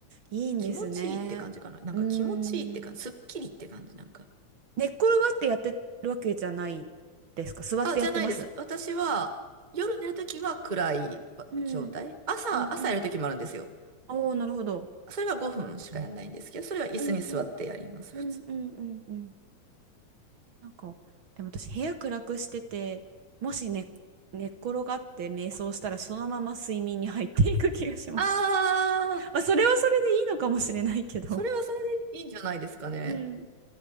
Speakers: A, on the right (about 45°); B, on the right (about 25°).
A: いいんですね。
B: 気持ちいいって感じかな。なんか気持ちいいって感じ、
A: うーん。
B: すっきりって感じ、なんか。
A: 寝っ転がってやってるわけじゃないですか。座ってやってます。
B: あ、じゃないです。私は、夜寝るときは暗い状態。
A: うん。
B: 朝、
A: うんうん。
B: 朝やるときもあるんですよ。
A: おお、なるほど。
B: それは5分しかやんないんですけど、それは椅子に座ってやります、
A: うんうんうんうんうんうん。
B: 普通。
A: なんか、でも私部屋暗くしてて、もし寝、寝っ転がって瞑想したらそのまま睡眠に入っていく気がします。
B: ああ、
A: まあ、それはそれでいいのかもしれないけど。
B: それはそれでいいんじゃないですかね。
A: うん。